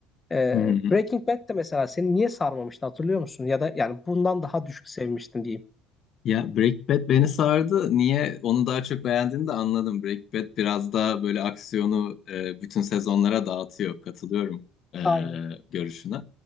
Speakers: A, on the left; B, on the left.
A: E,
B: Hı hı.
A: Breaking Bad de mesela seni niye sarmamıştı hatırlıyor musun? Ya da yani bundan daha düşük sevmiştin diyeyim.
B: Ya Breaking Bad beni sardı. Niye onu daha çok beğendiğini de anladım. Breaking Bad biraz daha böyle aksiyonu e, bütün sezonlara dağıtıyor. Katılıyorum e,
A: Aynen.
B: görüşüne.